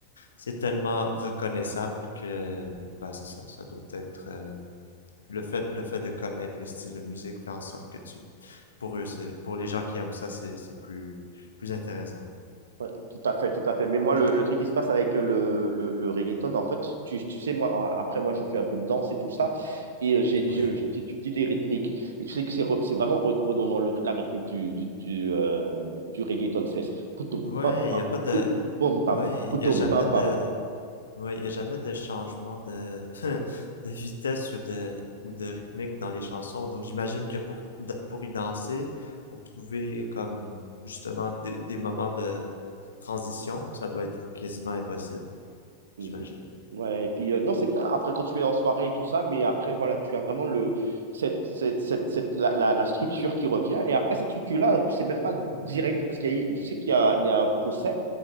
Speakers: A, on the left; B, on the right.
A: c'est tellement reconnaissable que, bah, c'est ça, ça doit être, euh, le fait, le fait de connaître le style de musique fait en sorte que tu, pour eux, c'est, pour les gens qui aiment ça, c'est, c'est plus, plus intéressant.
B: Ouais, tout à fait, tout à fait. Mais moi, le, le truc qui se passe avec euh, le, le, le reggaeton, en fait, tu, tu sais, moi, en- après, moi, j'ai fait un peu de danse et tout ça, et euh, j'ai-
A: Ouais.
B: j'ai- j'étudie les rythmiques. Et tu sais que c'est re- c'est vraiment re- redondant, le- la rythmique du, du, du, euh, du reggaeton, c'est poutoum,
A: Ouais,
B: pam,
A: y a pas de,
B: poutoum, pom, pam,
A: ouais,
B: poutoum,
A: y a jamais
B: pam,
A: de,
B: pam.
A: ouais, y a jamais de changement de, <laughs> de vitesse ou de, ou de rythmique dans les chansons. Donc, j'imagine que pour, pour y danser, pour trouver comme, justement, des, des moments de transition, ça doit être quasiment impossible,
B: Mhm.
A: j'imagine.
B: Ouais, et puis, euh, non, c'est bien, après, quand tu es en soirée et tout ça, mais après, voilà, tu as vraiment le, cette, cette, cette, cette- la, la, la structure qui revient, et après, cette structure-là, en plus, c'est même pas direct, parce qu'il y a- je sais qu'il y a, il y a un procès,